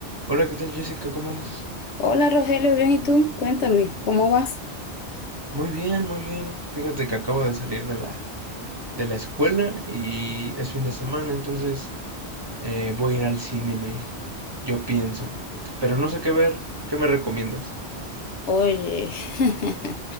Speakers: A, on the right (about 25°); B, on the left (about 80°).
A: Hola, ¿qué tal Jessica? ¿Cómo andas?
B: Hola Rogelio, bien, ¿y tú? Cuéntame, ¿cómo vas?
A: Muy bien, muy bien. Fíjate que acabo de salir de la, de la escuela y es fin de semana, entonces eh, voy a ir al cine, me, yo pienso. Pero no sé qué ver. ¿Qué me recomiendas?
B: Oye, <laughs>